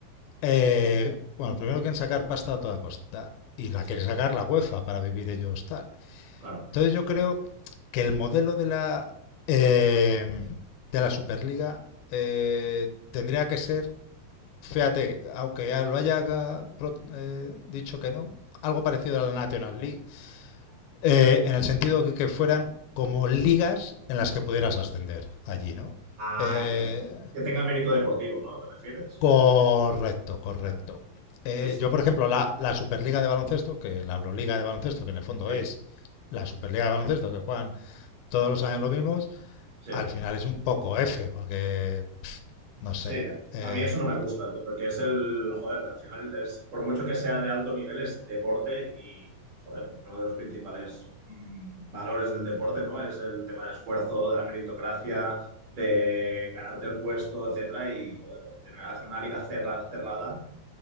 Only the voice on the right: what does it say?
sí,
claro,
vale.
Ah,
vale, vale. Que tenga mérito deportivo, ¿no? ¿Te refieres?
O sea, que-
vale.
Sí, sí,
sí,
sí.
Sí,
a mí eso no me gusta, tío, porque es el, joder, al final es, por mucho que sea de alto nivel, es deporte y, joder, uno de los principales mm, valores del deporte, ¿no? Es el tema del esfuerzo, de la meritocracia, de ganarte el puesto, etcétera, y, joder, de tener, hacer una liga cerrada, cerrada,